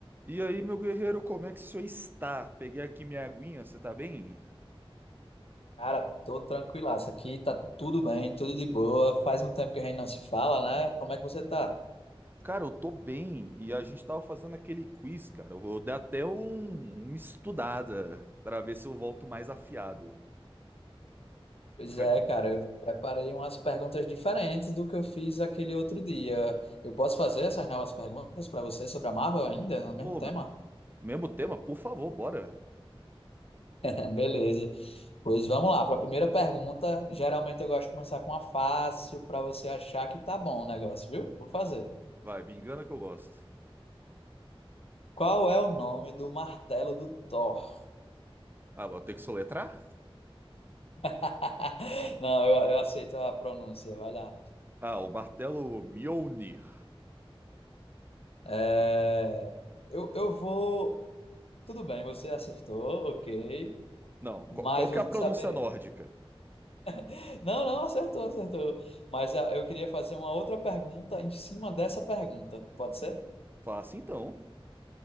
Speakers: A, on the right; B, on the left.
A: E aí, meu guerreiro, como é que o senhor está? Peguei aqui minha aguinha, você tá bem?
B: Cara, tô tranquilaço aqui, tá tudo bem, tudo de boa. Faz um tempo que a gente não se fala, né? Como é que você tá?
A: Cara, eu tô bem e a gente tava fazendo aquele quiz, cara. Eu vou dar até um, uma estudada pra ver se eu volto mais afiado.
B: Pois
A: Ca-
B: é, cara, eu preparei umas perguntas diferentes do que eu fiz aquele outro dia. Eu posso fazer essas novas perguntas para você sobre a Marvel ainda, no mesmo
A: Ô,
B: tema?
A: meu- mesmo tema, por favor, bora.
B: <laughs> Beleza. Pois vamos lá, para a primeira pergunta, geralmente eu gosto de começar com uma fácil para você achar que tá bom o negócio, viu? Vou fazer.
A: Vai, me engana que eu gosto.
B: Qual é o nome do martelo do Thor?
A: Ah, vou ter que soletrar?
B: <laughs> Não, eu, eu aceito a pronúncia, vai lá.
A: Ah, o martelo Mjolnir.
B: É, eu, eu vou. Tudo bem, você acertou, ok.
A: Não, qual,
B: Mas
A: qual que
B: você
A: é a pronúncia
B: saberia.
A: nórdica?
B: <laughs> Não, não, acertou, acertou. Mas ah, eu queria fazer uma outra pergunta em cima dessa pergunta, pode ser?
A: Fala assim então.